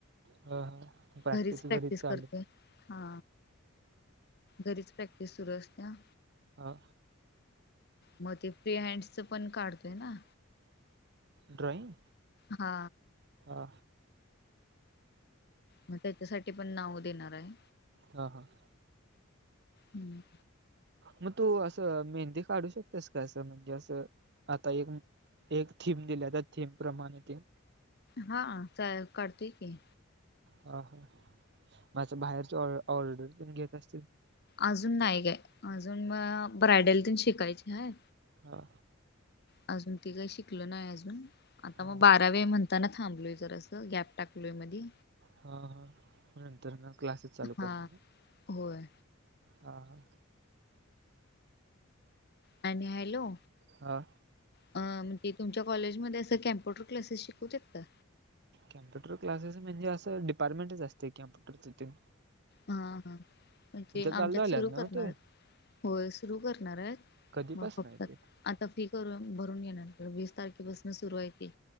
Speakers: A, on the right (about 55°); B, on the left (about 50°).
A: हा हा
B: घरीच प्रॅक्टिस
A: चालू
B: करतोय हा. घरीच प्रॅक्टिस सुरू असतेया.
A: हा.
B: मग ते फ्री हँडच पण काढतेय ना.
A: ड्रॉईंग?
B: हा.
A: हा.
B: मग त्याच्यासाठी पण नाव देणार आहे.
A: हा हा.
B: हम्म.
A: मग तू असं मेहंदी काढू शकतेस का असं म्हणजे असं आता एक एक थीम दिल्या त्या थीम प्रमाणे ते.
B: हा चालेल कढतेय की.
A: ह हा म अस बाहेरचे ऑ ऑर्डर पण घेत असतील?
B: अजून नाही काय अजून म ब्रायडल शिकायची आहे.
A: हा.
B: अजून ते काही शिकल नाही अजून आता
A: हा
B: मग बारा व म्हणताना थांबलोय जरा असं गॅप टाकलोय मधी
A: हा हा नंतर ना क्लासेस चालू
B: हा
A: कर.
B: होय
A: हा हा.
B: आणि हॅलो.
A: हा.
B: अ म्हणजे तुमच्या कॉलेजमध्ये असं कॅम्प्युटर क्लासेस शिकवू शकता?
A: कॅम्पुटर क्लासेस म्हणजे असं डिपार्टमेंटच असते कम च <inaudible>
B: हा हा म्हणजे आमच्यात
A: चालू झाल्यात
B: सुरू
A: ना
B: करणार
A: ते
B: होय सुरू करणार आहेत
A: कधीपासून
B: मग फक्तत
A: आहे ते
B: आता फी करून भरून घेणार वीस तारखेपासून सुरू आहे ते.